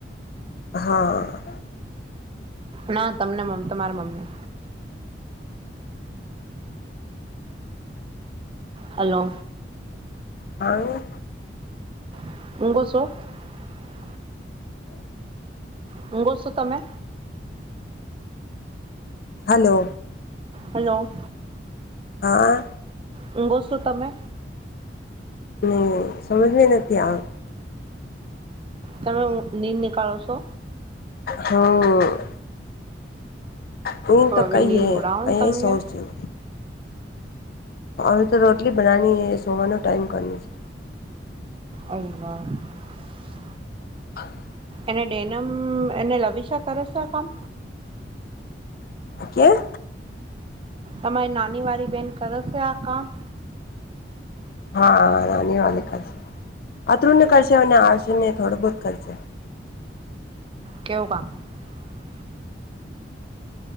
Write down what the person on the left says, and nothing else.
હા.
હા.
હલો
હા.
ની સમજ મે નથી આ
હમ્મ. તું તો
કહીએે
અહીં
<inaudible> સોચ છું હવે તો રોટલી બનાવાની સુવાનો ટાઈમ કરની છે
<inaudible>
કેમ?
હા નાની વાળી કરશે અતુ્ય કરશે અને આશિને થોડો બહુત કરશે